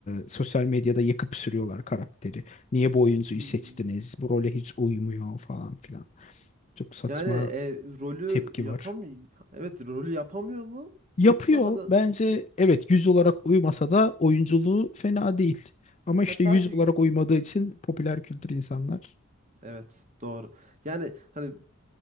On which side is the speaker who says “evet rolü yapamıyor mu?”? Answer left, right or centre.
Right